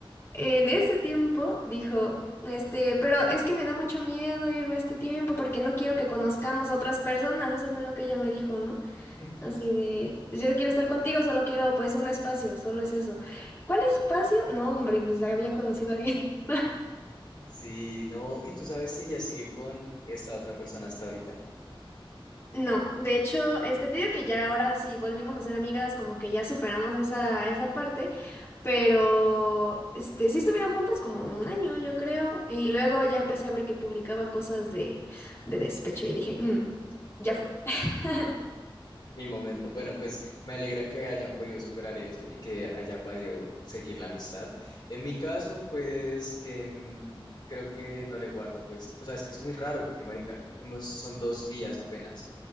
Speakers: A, on the left (about 25°); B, on the left (about 55°).
A: En ese tiempo dijo, este, pero es que me da mucho miedo irme este tiempo porque no quiero que conozcamos otras personas. Eso fue lo que ella me dijo, ¿no?
B: <laughs>
A: Así de, "Pues yo quiero estar contigo, solo quiero pues un espacio, solo es eso. ¿Cuál espacio? No, hombre, pues ya había conocido a alguien. <laughs>
B: Sí, no, ¿y tú sabes si ella sigue con esta otra persona hasta ahorita?
A: No, de hecho, este, te digo que ya ahora sí volvimos a ser amigas, como que ya superamos esa, esa parte, pero este, sí estuvieron juntas como un año, yo creo, y luego ya
B: Sí.
A: empecé a ver que publicaba cosas de, de despecho y dije, "Mm, ya fue. <laughs>
B: Mi momento. Bueno, pues me alegra que hayan podido superar eso y que haya podido seguir la amistad. En mi caso, pues em, creo que no le guardo, pues, o sea, es que es muy raro porque, marica, hemos, son dos días apenas